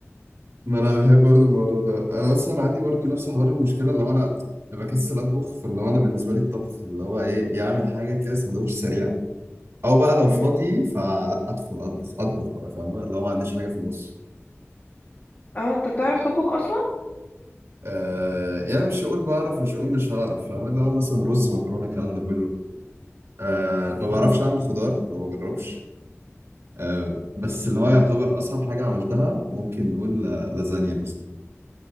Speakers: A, on the right; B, on the left.
A: ما انا بحب برضو الموضوع ده انا اصلا عندي برضو نفس حوار المشكله اللي هو انا بكسل اطبخ فاللي هو انا بالنسبه لي الطبخ اللي هو ايه يعمل حاجه كده سندوتش سريع او بقى لو
B: امم
A: فاضي فلا ادخل اطبخ اطبخ بقى فاهمه اللي هو ما عنديش حاجه في النص
B: اه انت بتعرف تطبخ اصلا
A: آه يعني مش هقول بعرف مش هقول مش هعرف فاهمه اللي هو مثلا رز مكرونه الكلام ده كله آه ما بعرفش اعمل خضار ما بجربش آه بس اللي هو يعتبر اصعب حاجه عملتها ممكن نقول ل- لازانيا مثلا